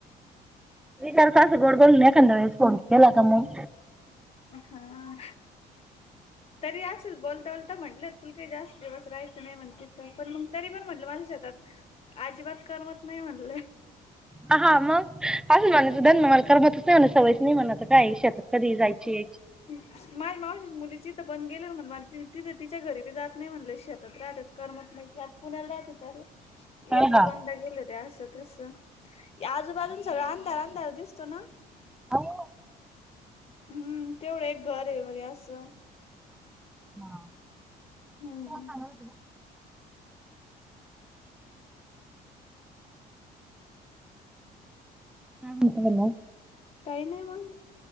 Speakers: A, in the centre; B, on the left (about 35°).
A: विचारायचं स गोड बोलून एखाद्या वेळेस फोन केला का मग
B: हा. तरी आसच बोलता बोलता म्हटलं तुला काही जास्त दिवस राहायचं नाही म्हण तिथ पण मग तरी पण म्हटलं माझ शेतात अजिबात करमत नाही म्हणल.
A: हा हा मंग आजून म्हणे सुदान मला करमतच नाही म्हण सवयच नाही म्हण आता ताई शेतात कधी जायची यायची?
B: माझी मावशीची मुलीची इथं पण गेले म्हण मला त तिथं तिच्या घरी बी जात नाही म्हनल अशी शेतात राहत्यात करमत नाही त्यात पुण्याला राहती तरू
A: हा
B: एकदा
A: हा,
B: दोनदा गेले होते आसच तस आजूबाजून सगळं अंधार अंधार दिसतो ना?
A: हाव
B: हम्म तेवढं एक घर आहे आसं.
A: हा तुम्हाला
B: हम्म
A: सागत होती का काय म्हणताय मग?
B: काही नाही मग.